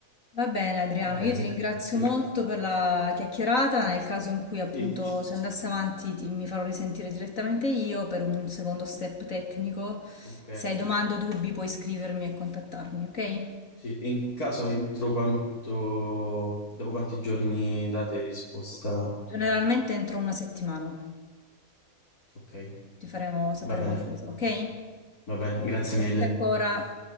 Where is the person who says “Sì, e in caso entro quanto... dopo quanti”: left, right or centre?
Left